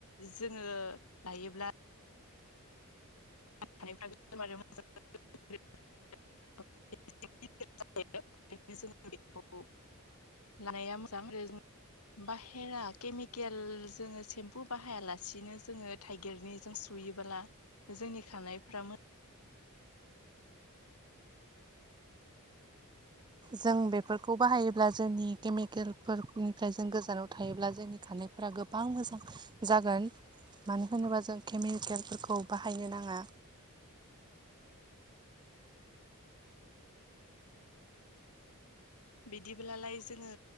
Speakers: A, on the left (about 85°); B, on the right (about 20°).
A: जोङो लायोब्ला फ गो मो <unintelligible> लानाया मोजां आरो बाहेरा केमिकेल जोङो सेम्पु बाहायालासिनो जोङो थाइगिरनिजों सुयोबोला जोंनि खनायफ्रा
B: जों बेफोरखौ बाहायोब्ला जोंनि केमिकेलफोरनिफ्राय जों गोजानाव थायोब्ला जोंनि खारनाय फोर गोबां मोजां जागोन मानो होनोबा जों केमिकेलफोरखौ बाहायनो नाङा
A: बिदिब्लालाय जोङो